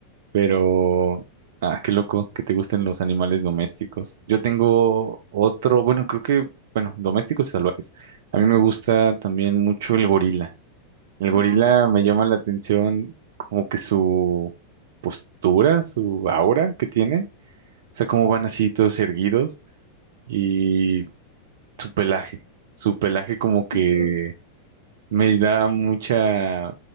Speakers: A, on the right; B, on the right.
A: Pero, ah, qué loco que te gusten los animales domésticos. Yo tengo otro, bueno, creo que, bueno, domésticos y salvajes. A mí me gusta también mucho el gorila. El gorila
B: Ah,
A: me
B: de
A: llama
B: acuerdo.
A: la atención como que su postura, su aura que tiene, o sea, cómo van así todos erguidos y su pelaje. Su pelaje como que
B: Ujú,
A: me da mucha,